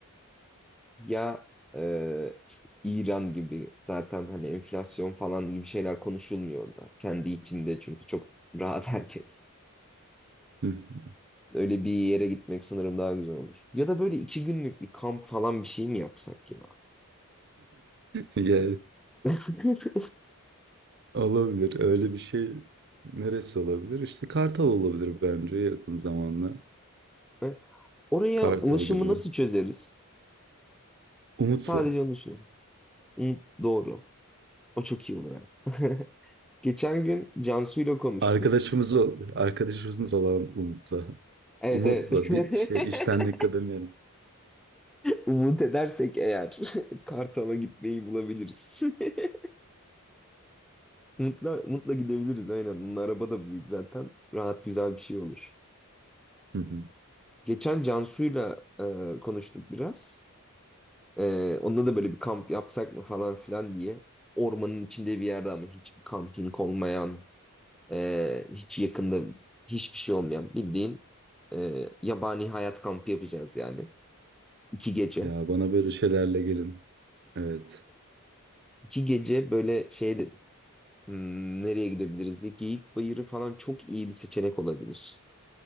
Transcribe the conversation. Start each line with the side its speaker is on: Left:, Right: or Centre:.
Centre: <laughs> ya e, işte İran gibi zaten hani enflasyon falan gibi şeyler konuşulmuyor orada. Kendi içinde çünkü çok rahat herkes.
Right: <laughs>
Centre: Öyle bir yere gitmek sanırım daha güzel olur. Ya da böyle iki günlük bir kamp falan bir şey mi yapsak ya?
Right: Ya,
Centre: He?
Right: Olabilir. Öyle bir şey neresi olabilir? İşte Kartal olabilir bence yakın zamanda.
Centre: <laughs> Oraya
Right: Kartal
Centre: ulaşımı
Right: Gölü.
Centre: nasıl çözeriz?
Right: Umut'la.
Centre: Sadece onu düşünüyorum. Hı, doğru. O çok iyi olur ha. <laughs> Geçen gün Cansu ile konuştuk.
Right: Arkadaşımız ol- arkadaşımız olan Umut'la.
Centre: Evet
Right: Umut'la
Centre: evet. <laughs>
Right: di- şey işten dikkat demiyorum.
Centre: Umut edersek eğer <laughs> Kartal'a gitmeyi bulabiliriz. <laughs> Mutla, mutla gidebiliriz aynen. Bunun araba da büyük zaten. Rahat güzel bir şey olur.
Right: Hı hı.
Centre: Geçen Cansu'yla e, konuştuk biraz. Ee, onda da böyle bir kamp yapsak mı falan filan diye. Ormanın içinde bir yerde ama hiçbir kamping olmayan, e, hiç yakında hiçbir şey olmayan bildiğin e, yabani hayat kampı yapacağız yani. İki gece.
Right: Ya bana böyle şeylerle gelin. Evet.
Centre: İki gece böyle şey de hmm, nereye gidebiliriz diye Geyik Bayırı falan çok iyi bir seçenek olabilir.